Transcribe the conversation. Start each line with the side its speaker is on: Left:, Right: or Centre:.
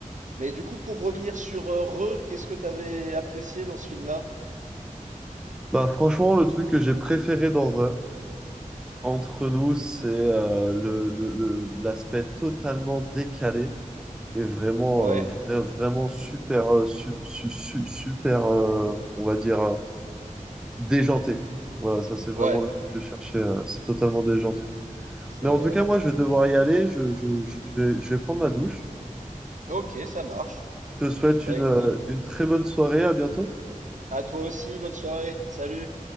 Right: Mais du coup, pour revenir sur euh, Re, qu'est-ce que t'avais apprécié dans ce film-là?
Centre: Bah franchement, le truc que j'ai préféré dans Re- Entre nous, c'est euh, le, le, le- l'aspect totalement décalé est vraiment,
Right: Ouais,
Centre: euh, vra- vraiment super, euh, su- su- su- super, euh, on va dire, euh, déjanté. Voilà, ça c'est vraiment
Right: ouais,
Centre: le mot que je cherchais. euh, c'est totalement déjanté.
Right: c'est
Centre: Mais en
Right: vrai.
Centre: tout cas, moi, je vais devoir y aller. Je, je, je- je vais, je vais prendre ma douche.
Right: Ok, ça marche.
Centre: Je te souhaite
Right: Bah
Centre: une,
Right: écoute,
Centre: euh, une très bonne soirée. À bientôt.
Right: à toi aussi, bonne soirée. Salut.